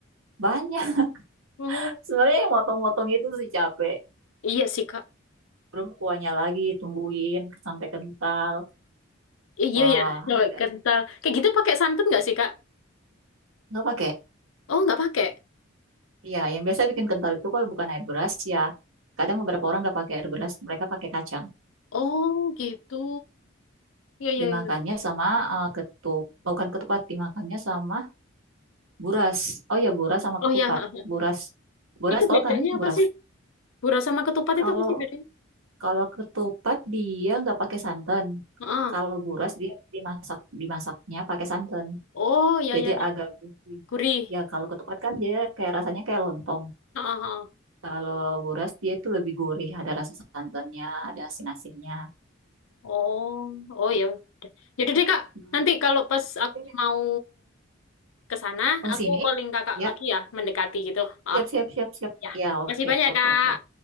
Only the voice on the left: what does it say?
Oh,
iya sih, Kak.
Iya
ya, cewek
kental. Kayak gitu pakai santan nggak sih, Kak?
Oh, nggak pakai.
Oh, gitu. Iya, iya,
iya.
Oh,
ya.
<laughs>
Itu
bedanya
apa
sih? Gurah sama ketupat
itu apa sih bedanya?
Ah.
Oh, iya,
iya, iya.
Gurih.
Ah. heeh.
Oh, oh ya udah. Jadi deh, Kak.
Nanti kalau pas aku
mau ke sana,
aku
calling Kakak
lagi ya, mendekati gitu. Oh,
ya.
Masih banyak,
Kak.